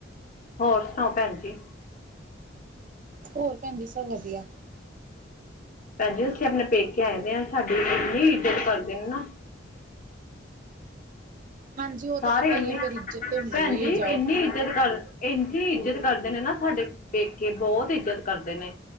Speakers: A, on the left (about 45°); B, on the right (about 45°).
A: ਹੋਰ ਸੁਣਾਓ ਭੈਣ ਜੀ।
B: ਹੋਰ ਭੈਣ ਜੀ, ਸਭ ਵਧੀਆ।
A: ਭੈਣ ਜੀ, ਅਸੀਂ ਆਪਣੇ ਪੇਕੇ ਆਏ ਦੇ ਹਾਂ, ਸਾਡੀ ਇੰਨੀ ਇੱਜਤ ਕਰਦੇ ਨੇ ਨਾ।
B: ਹਾਂਜੀ ਉਹ
A: ਸਾਰੇ
B: ਤੇ ਪਤਾ
A: ਇੰਨੇ
B: ਹੀ ਹੈ ਫੇਰ ਇੱਜਤ ਤੇ ਹੁੰਦੀ
A: ਭੈਣ
B: ਹੋਈ
A: ਜੀ,
B: ਹੈ ਜਾਓ
A: ਇੰਨੀ ਇੱਜਤ ਕਰ, ਇੰਨੀ ਇੱਜਤ ਕਰਦੇ ਨੇ ਨਾ ਸਾਡੇ। ਪੇਕੇ, ਬਹੁਤ ਇੱਜਤ ਕਰਦੇ ਨੇ।